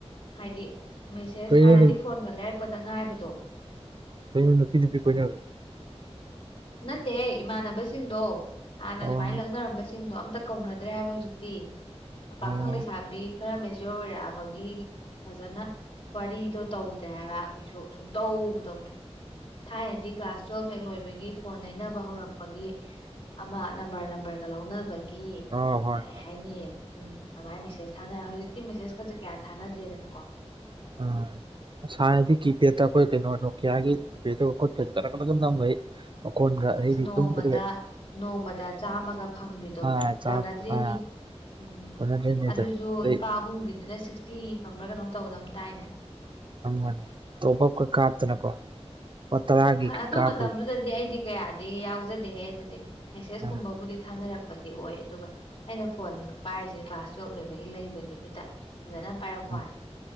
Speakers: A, on the left (about 50°); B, on the right (about 45°).
A: ꯍꯥꯏꯗꯤ ꯃꯦꯁꯦꯁ
B: ꯀꯩꯅꯣ
A: ꯍꯥꯟꯅꯗꯤ
B: ꯅꯨ
A: ꯐꯣꯟꯒ ꯂꯩꯔꯛꯄꯗ ꯉꯥꯏꯕꯗꯣ
B: ꯀꯩ ꯂ ꯅꯨꯄꯤꯅꯤ ꯄ ꯀꯣꯏꯅꯦ <inaudible>
A: ꯅꯠꯇꯦ ꯏꯃꯥꯟꯅꯕꯁꯤꯡꯗꯣ ꯍꯥꯟꯅ
B: ꯑꯣ
A: ꯑꯗꯨꯃꯥꯏꯅ ꯂꯪꯅꯔꯝꯕꯁꯤꯡ ꯁꯤꯡꯗꯣ ꯑꯝꯇ ꯀꯧꯅꯗ꯭ꯔꯦ ꯍꯥꯏꯕ ꯍꯧꯖꯤꯛꯇꯤ ꯄꯥꯈꯪ
B: ꯑꯣ
A: ꯂꯩꯁꯥꯕꯤ ꯈꯔ ꯃꯦꯆꯌꯣꯔ ꯑꯣꯏꯔꯛꯑꯕꯒꯤ ꯐꯖꯅ ꯋꯥꯔꯤꯗꯣ ꯇꯧꯗ꯭ꯔꯦ ꯍꯥꯏꯕ ꯀꯩꯁꯨ ꯁꯨꯡꯇꯧꯕꯨ ꯇꯧꯗ꯭ꯔꯦ ꯊꯥꯏꯅꯗꯤ ꯀ꯭ꯂꯥꯁ ꯇꯨꯋꯦꯜꯕ ꯍꯦꯛ ꯂꯣꯏꯕꯒꯤ ꯐꯣꯟ ꯂꯩꯅꯕ ꯍꯧꯔꯛꯄꯒꯤ ꯑꯃ ꯅꯝꯕꯔ ꯅꯝꯕꯔꯒ ꯂꯧꯅꯕꯒꯤ
B: ꯑꯥ ꯍꯣꯏ ꯍꯣꯏ
A: ꯍꯥꯏꯅꯤ ꯎꯝ ꯑꯗꯨꯃꯥꯏꯅ ꯃꯦꯁꯦꯖ ꯊꯥꯅꯔꯦ ꯍꯧꯖꯤꯛꯇꯤ ꯃꯦꯁꯦꯖꯀꯁꯦ ꯀꯌꯥ ꯊꯥꯅꯗ꯭ꯔꯦꯗꯅꯀꯣ
B: ꯑꯥ ꯁꯥꯟꯅꯗꯤ ꯀꯤꯄꯦꯗꯠꯇ ꯑꯩꯈꯣꯏ ꯀꯩꯅꯣ ꯅꯣꯀꯤꯌꯥꯒꯤ ꯀꯤꯄꯦꯗ ꯈꯣꯠꯄ ꯀꯂ ꯀꯂ ꯅꯝꯕꯈꯩ ꯃꯈꯀꯣꯟꯒ ꯑꯩꯗꯩꯗꯤ
A: ꯑꯁ ꯅꯣꯡꯃꯗ
B: ꯇꯨꯝꯕꯗꯒ
A: ꯅꯣꯡꯃꯗ ꯆꯥꯝꯃꯒ ꯐꯪꯕꯤꯗꯣ
B: <unintelligible>
A: ꯀꯣꯟꯅꯗ꯭ꯔꯤꯅꯤ ꯎꯝ
B: ꯀꯣꯟꯅꯗ꯭ꯔꯤꯅꯤꯗ
A: ꯑꯗꯨꯁꯨ
B: ꯑꯗꯩ
A: ꯂꯨꯄꯥ ꯑꯍꯨꯝꯒꯤꯗꯨꯅ ꯁꯤꯛꯁꯇꯤ ꯐꯪꯕ꯭ꯔꯥ ꯀꯩꯅꯣꯝ ꯇꯧꯒꯗꯕ ꯇꯥꯏꯅꯦ
B: <unintelligible> ꯇꯣꯄꯞꯀ ꯀꯥꯞꯇꯅꯀꯣ ꯂꯨꯄꯥ ꯇꯔꯥꯒꯤꯒ
A: ꯑꯗꯨ
B: ꯀꯥꯞꯄꯒꯤ
A: ꯃꯇꯝꯗꯨꯗꯗꯤ ꯑꯩꯗꯤ ꯀꯌꯥꯗꯤ ꯌꯥꯎꯖꯗꯦꯍꯦ ꯑꯗꯨꯗꯤ ꯃꯦꯁꯦꯁꯀꯨꯝꯕꯕꯨꯗꯤ
B: ꯎꯝ
A: ꯊꯥꯅꯔꯛꯄ ꯗꯤ ꯑꯣꯏ ꯑꯗꯨꯒ ꯑꯩꯅ ꯐꯣꯟ ꯄꯥꯏꯔꯤꯁꯤ ꯀ꯭ꯂꯥꯁ ꯇꯨꯌꯦꯦꯜꯕ ꯂꯣꯏꯕꯒꯤ ꯂꯩꯕꯒꯤꯗꯨꯗ ꯐꯖꯅ ꯄꯥꯏꯔꯛꯄ
B: ꯎꯝ
A: ꯋꯥꯅꯤ